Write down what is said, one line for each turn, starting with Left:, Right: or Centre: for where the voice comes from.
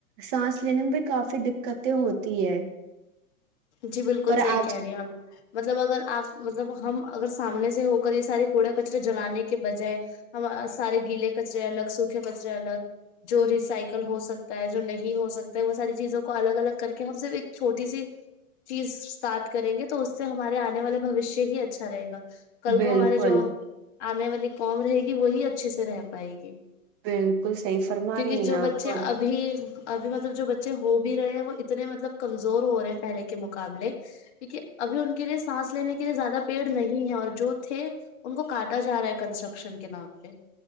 Right: سانس لینے میں بھی کافی دقتیں ہوتی ہے <unintelligible>
Left: جی بالکل
Right: پر
Left: صحیح
Right: آج
Left: کہہ رہی ہیں آپ <unintelligible> مطلب اگر آپ مطلب ہم اگر سامنے سے ہو کر یہ سارے کوڑے کچرے جلانے کے بجائے ہم سارے گیلے کچرے الگ سوکھے کچرے الگ جو ریسائیکل ہو سکتا ہے جو نہیں ہو سکتا ہے وہ ساری چیزوں کو الگ الگ کر کے ہم صف ایک چھوٹی سی <unintelligible> چیز اسٹارٹ کریں گے تو اس سے ہمارے آنے والے بھشیہ ہی اچھا رہے گا <unintelligible> کل
Right: بالکل
Left: کو ہمارے جو <unintelligible> آنے والی کوم رہے گی وہی اچھے سے رہ پائے گی <unintelligible>
Right: بالکل صحیح فرما
Left: کیونکہ
Right: رہی ہیں
Left: جو
Right: آپ
Left: بچے ابھی ابھی مط <unintelligible> جو بچے ہو بھی رہے ہیں وہ اتنے مطلب کمزور ہو رہے ہیں پہلے کے <unintelligible> کے مقابلے کیکہ ابھی ان کے لیے سانس لینے کے لیے زیادہ پیڑ نہیں ہے اور جو تھے ان کو کاٹا جا رہا ہے کنسٹرکشن کے نام پہ <unintelligible>